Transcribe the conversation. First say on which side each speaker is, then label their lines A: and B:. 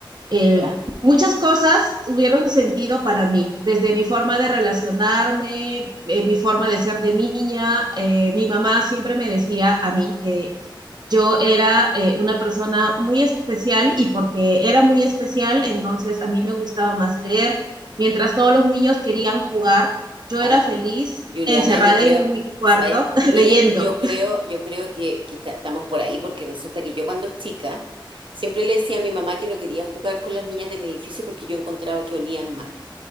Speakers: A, on the right; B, on the right.
A: eh,
B: ya,
A: muchas cosas tuvieron sentido para mí, desde mi forma de relacionarme, eh, mi forma de ser de niña. Eh, mi mamá siempre me decía a mí que yo era eh, una persona muy especial y porque era muy especial, entonces a mí me gustaba más leer. Mientras todos los niños querían jugar, yo
B: ahí.
A: era feliz
B: Juliana,
A: encerrada
B: yo creo,
A: en mi cuarto
B: ¿sabes
A: <laughs>
B: qué?
A: leyendo.
B: Yo creo, yo creo que, que ta- estamos por ahí porque resulta que yo cuando chica siempre le decía a mi mamá que no quería jugar con las niñas de mi edificio porque yo encontraba que olían mal